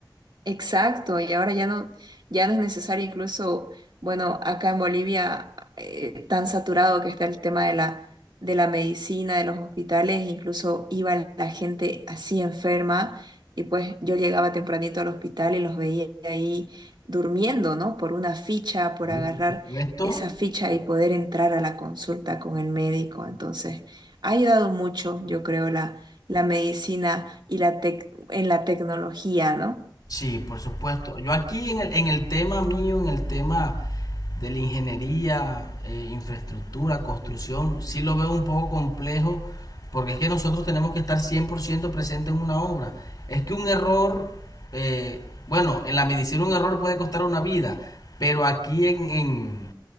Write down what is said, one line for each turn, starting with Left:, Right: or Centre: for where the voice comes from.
Right: Exacto, y ahora ya no, ya no es necesario incluso, bueno, acá en Bolivia, eh, tan saturado que está el tema de la, de la medicina, de los hospitales, incluso iba la gente así enferma y pues yo llegaba tempranito al hospital y los veía ahí durmiendo, ¿no? Por una ficha, por
Left: Sí,
Right: agarrar
Left: por supuesto.
Right: esa ficha y poder entrar a la consulta con el médico. Entonces, ha ayudado mucho, yo creo, la, la medicina y la tec- en la tecnología, ¿no?
Left: Sí, por supuesto. Yo aquí en el, en el tema mío, en el tema de la ingeniería, eh, infraestructura, construcción, sí lo veo un poco complejo, porque es que nosotros tenemos que estar 100% presente en una obra. Es que un error, eh, bueno, en la medicina un error puede costar una vida, pero aquí en, en,